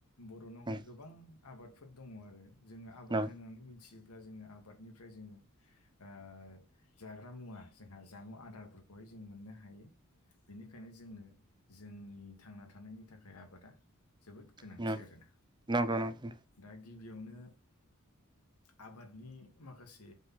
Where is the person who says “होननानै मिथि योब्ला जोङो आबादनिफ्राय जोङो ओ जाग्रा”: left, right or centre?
Left